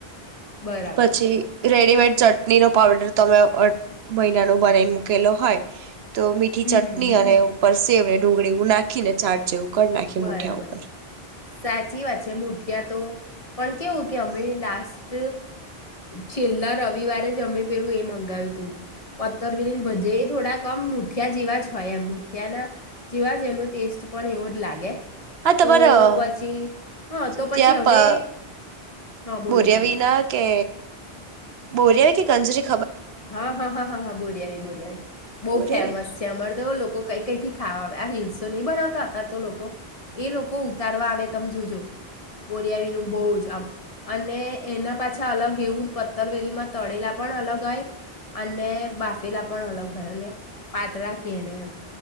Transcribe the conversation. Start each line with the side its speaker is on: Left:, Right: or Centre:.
Left: બરાબર
Right: પછી રેડીમેડ ચટણીનો પાવડર તમે <unintelligible> મહિના નું બનાઈને મૂકેલું હોય તો મીઠી
Left: હમ
Right: ચટણી
Left: હમ
Right: અને ઉપર સેવ ડુંગળી એવું નાખી ને ચાટ જેવું <unintelligible> નાખી
Left: બરાબર
Right: મુઠીયા ઉપર
Left: સાચી વાત છે મુઠિયા તો પણ કેવું કે અમે લાસ્ટ છેલ્લા રવિવારે જમે પેલું એ મંગાવ્યું તું પથથરવેલી ભજે એ થોડાકમ મુઠિયા જેવા જ હોય એમ મુઠિયા ના જેવા જ એનો ટેસ્ટ પણ એવો જ લાગે. <inaudible>
Right: હા તમારા
Left: તો પછી હા તો પછી
Right: ત્યાં
Left: હવે હા બોલો
Right: ભર્યા
Left: બોલો
Right: વિના કે બોરિયા કે ગંજરી
Left: હા હા હા હા હા બોરવી બોર્યાવી બહુ
Right: બોરિયાવી
Left: ફેમસ
Right: ને
Left: છે અમારે તો લોકો કઈ કઈથી ખાવા આવે આ રીલ્સો નહી બનાવતા અતાર તો લોકો એ લોકો ઉતારવા આવે તમે જોજો બોરિયાવી ન બહુ જ આમ અને એના પાછા અલગ એવું પત્તરવેલીમાં તળેલા પણ અલગ હોય. અને બાફીલા પણ અલગ હોય અને પાતળા કે ને એમ